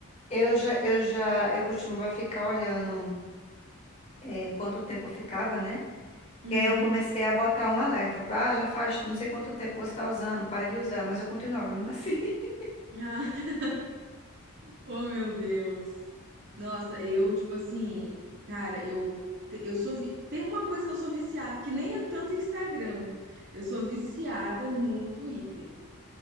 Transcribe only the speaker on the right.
Uhum.
Ah, <laughs> oh meu Deus. Nossa, eu tipo assim, cara, eu te- eu sou vi- tem uma coisa que eu sou viciada, que nem é tanto Instagram. Eu sou viciada no Twitter.